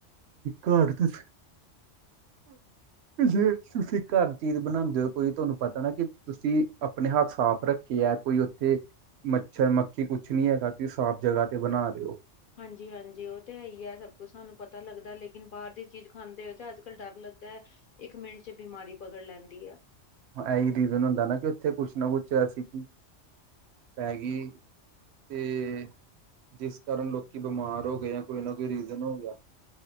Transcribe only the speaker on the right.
ਘਰ ਤੇ ਫਿਰ <unintelligible> ਜੇ ਤੁਸੀਂ ਘਰ ਚੀਜ਼ ਬਣਾਂਦੇ ਓ ਕੋਈ ਤੁਹਾਨੂੰ ਪਤਾ ਨਾ ਕਿ ਤੁਸੀਂ ਆਪਣੇ ਹੱਥ ਸਾਫ਼ ਰੱਖੇ ਆ ਕੋਈ ਓਥੇ, ਮੱਛਰ ਮੱਖੀ ਕੁੱਛ ਨੀ ਹੈਗਾ ਤੁਸੀਂ ਸਾਫ਼ ਜਗ੍ਹਾ ਤੇ ਬਣਾ ਰੇ ਓ।
ਇਹੀ ਰੀਜ਼ਨ ਹੁੰਦਾ ਨਾ ਕਿ ਉੱਥੇ ਕੁੱਛ ਨਾ ਕੁੱਛ ਅਸੀਂ ਕੀ ਪੈਗੀ ਤੇ ਜਿਸ ਕਾਰਨ ਲੋਕੀ ਬਿਮਾਰ ਹੋ ਗਏ ਆ ਕੋਈ ਨਾ ਕੋਈ ਰੀਜ਼ਨ ਹੋ ਗਿਆ।